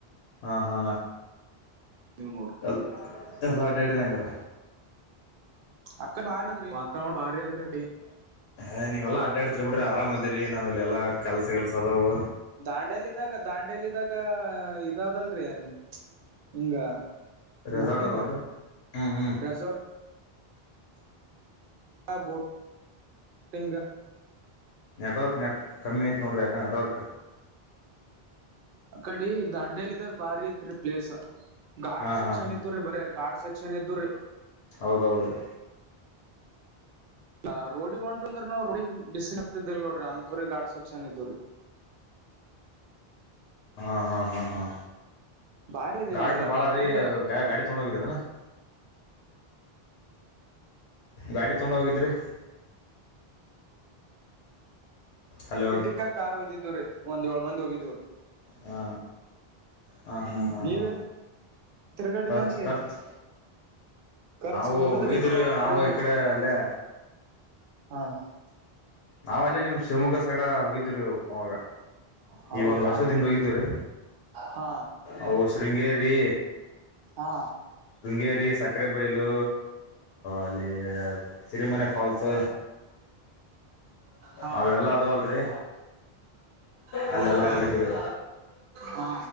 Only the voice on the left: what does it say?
ಹಾ ಹಾ <unintelligible>
ಎಲ್ಲಾ ಅಡ್ಯಡಿರಿ <unintelligible> ಹಂಗರ
ಏ ನೀವೆಲ್ಲ ಅಡ್ಡಾಡ್ತಿರ್ <unintelligible> ಕೆಲ್ಸ
ಗಿಲ್ಸ ಅದಾವು
ರೆಸಾರ್ಟ್
ಅದಾವನ್ರೀ ಹ್ಮ್ ಹ್ಮ್.
ನೆಟ್ವರ್ಕ್ ನೆಟ್ ಕಮ್ಮಿ ಐತ್ ನೋಡ್ರಿ ಯಾಕ ನೆಟ್ವರ್ಕ್
ಹಾ
ಹಾ ಹಾ
ಹೌದೌದ್ರೀ
ಹಾ ಹಾ ಹಾ ಹಾ
ಗಾಟು
ಬಾಳ್ರೀ
ಗಾ ಗಾಡಿ ತಗೊಂಡ ಹೋಗಿದ್ರನಾ ಗಾಡಿ ತೊಂಡ ಹೋಗಿದ್ರಿ ಹಲೋ
ಹಾ ಹಾ
ಹಾ ಹಾ
ಹಾ
ಖರ್ಚ ಖರ್ಚ್
ನಾವು
ಹೋಗಿದ್ರ
ನಾವು ಈ ಕಡೆ ಅಲ್ಲೇ
ನಾವು ಅಲ್ಲೇ ನಿಮ್ ಶಿವಮೊಗ್ಗ ಸೈಡ ಹೋಗಿದ್ದರಿ ಅವಾಗ
ಈ ಒಂದ್ ವರ್ಷದಿಂದ ಹೋಗಿದವ್ರೀ
ಅವು ಶೃಂಗೇರಿ
ಶೃಂಗೇರಿ ಸಕ್ಕರೆ ಬೈಲು ಅಲ್ಲಿ ಸಿರಿಮನೆ ಫಲ್ಸ್
ಅವೆಲ್ಲ ಅದಾವಲ್ರಿ
ಅಲ್ಲೆಲ್ಲ ಹೋಗಿದ್ದೀರಿ